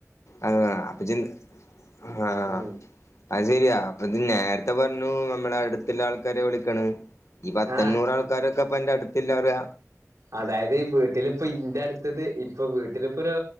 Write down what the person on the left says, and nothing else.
ആഹ് അപ്പൊ ജ് ആഹ്
അത് ശരിയാ അപ്പ ഇത് നേരത്തെ പറഞ്ഞു നമ്മള അടുത്തുള്ള ആൾക്കാരെ വിളിക്കണെ ഈ പത്തഞ്ഞൂറ
ആൾക്കാരൊക്കെപ്പൊ എന്റെ അടുത്ത്ല്ലാ പറ